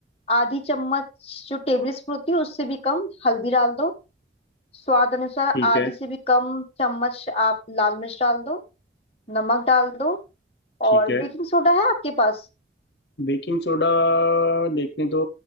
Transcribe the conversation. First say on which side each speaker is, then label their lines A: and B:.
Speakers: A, on the left (about 35°); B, on the left (about 75°).
A: आधी चम्मच जो टेबल स्पून होती है उससे भी कम हल्दी डाल दो स्वाद अनुसार
B: ठीक
A: आधी
B: है
A: से भी कम चम्मच आप लाल मिर्च डाल दो नमक डाल दो
B: ठीक
A: और
B: है
A: बेकिंग सोडा है आपके पास
B: बेकिंग सोडा देखने तो